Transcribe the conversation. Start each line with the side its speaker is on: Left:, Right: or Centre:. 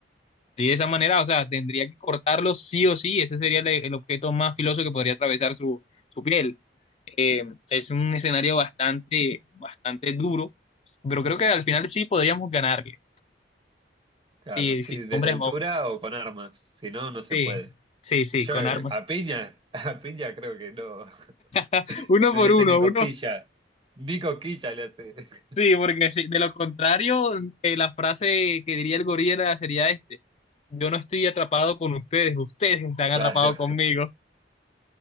Left: Sí, de esa manera, o sea, tendría que cortarlo sí o sí, ese sería el, el objeto más filoso que podría atravesar su, su piel. Eh, es un escenario bastante, bastante duro, pero creo que al final sí podríamos ganarle.
Right: Claro,
Left: Sí,
Right: sí,
Left: sí,
Right: desde
Left: hombre,
Right: altura
Left: hombre.
Right: o con armas, si no, no se
Left: sí,
Right: puede.
Left: sí, sí,
Right: Yo
Left: con
Right: eh,
Left: armas.
Right: a piña, <laughs> a piña creo que no, <laughs>
Left: <laughs> Uno
Right: no
Left: por
Right: le hace
Left: uno,
Right: ni cosquilla,
Left: uno.
Right: ni cosquilla le hace. <laughs>
Left: Sí, porque sí, de lo contrario, eh, la frase que diría el gorila sería este, yo no estoy atrapado con ustedes, ustedes están atrapados
Right: Claro,
Left: conmigo.